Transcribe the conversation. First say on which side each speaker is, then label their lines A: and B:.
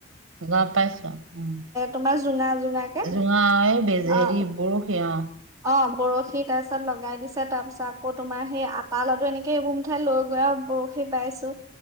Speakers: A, on the right; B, on the right.
A: লগ পাইছো উম,
B: তোমাৰ জোঙা জোঙাকে
A: জোঙা এই বেজে
B: অ
A: হেৰি বৰশী অ।
B: অ। বৰশী তাৰ পিছত লগাই দিছে, তাৰ পিছত আকৌ তোমাৰ সেই আটা লডু এনেকে এইবোৰ মুঠাই লৈ গৈ আও বৰশী বাইছো